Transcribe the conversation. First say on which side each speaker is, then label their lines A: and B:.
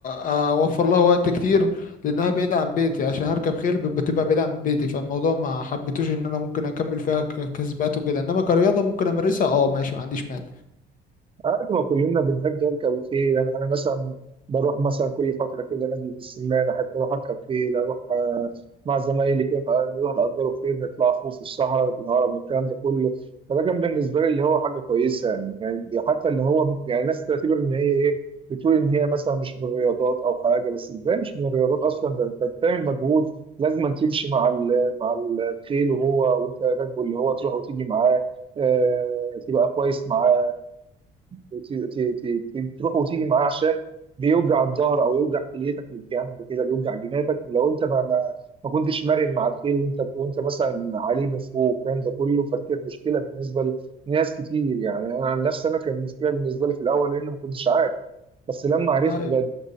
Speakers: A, on the left; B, on the right.
A: اوفر لها وقت كتير لانها بعيدة عن بيتي عشان هركب خيل بت- بتبقى بعيدة عن بيتي فالموضوع ما حبيتوش ان انا ممكن اكمل فيها ك- كسبات وكده انما كرياضة ممكن امارسها اه ماشي ما عنديش مانع
B: عادي ما كلنا بنحب نركب الخيل انا أنا مثلا بروح مثلا كل فتره كده نادي بالسمان احب اروح اركب خيل اروح آه، مع زمايلي كده نق- نروح نأجروا خيل نطلع خوف في الصحراء في الهرم والكلام ده كله فده كان بالنسبه لي اللي هو حاجه كويسه يعني يعني حتى اللي هو يعني ناس تعتبر ان هي ايه بتقول ان هي مثلا مش من الرياضات او حاجه بس ازاي مش من الرياضات اصلا ده انت بتعمل مجهود لازم أن تمشي مع ال- مع الخيل وهو وانت راكبه اللي هو تروح وتيجي معاه آه، تبقى كويس معاه وت- ت- ت- ت- تروح وتيجي معاه عشان بيوجع الظهر او يوجع كليتك من الجنب كده بيوجع جنابك لو انت ما ما, ما كنتش مرن مع الخيل وانت وانت مثلا عليه من فوق والكلام ده كله فدي كانت مشكله بالنسبه لناس كتير يعني انا عن نفسي انا كان مشكله بالنسبه لي في الاول لان ما كنتش عارف بس لما عرفت
A: ايوه
B: بقى